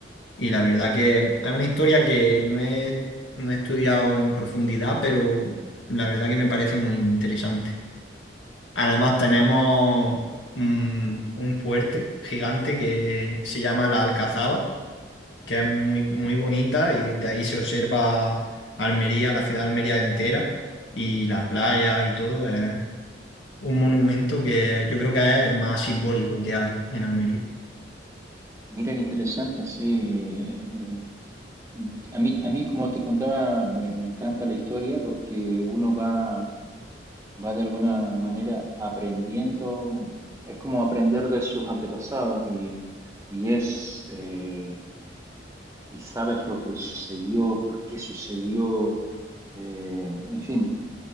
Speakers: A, on the left (about 85°); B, on the right (about 15°).
A: Y la verdad que es una historia que no he, no he estudiado en profundidad, pero la verdad que me parece muy interesante. Además, tenemos un, un fuerte gigante que se llama la Alcazaba, que es muy, muy bonita y desde ahí se observa Almería, la ciudad de Almería entera y la playa y todo. Es un monumento que yo creo que es el más simbólico que hay en Almería.
B: Mira qué interesante, sí. eh, el- a mí, a mí, como te contaba, me, me encanta la historia porque uno va, va de alguna manera aprendiendo, es como aprender de sus antepasados y, y es, eh, y sabes lo que sucedió, por qué sucedió. Eh, en fin,